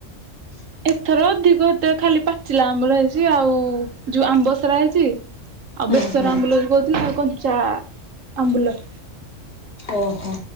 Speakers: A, on the left; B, on the right.
A: ସୁଁ
B: ଏଥର ଅଧିକ ଏତେ ଖାଲି ପାଚିଲା ଆମ୍ବୁଲ ହେଇଚି, ଆଉ ଯୋଉ ଆମ୍ବ ସାରା ହେଇଚି। ଆଉ
A: ହୁଁ
B: ବେସର
A: ହୁଁ
B: ଆମ୍ବୁଲ ଯୋଉ କହୁଥିଲ, ଆଉ କଞ୍ଚା ଆମ୍ବୁଲ।
A: ଓହୋ।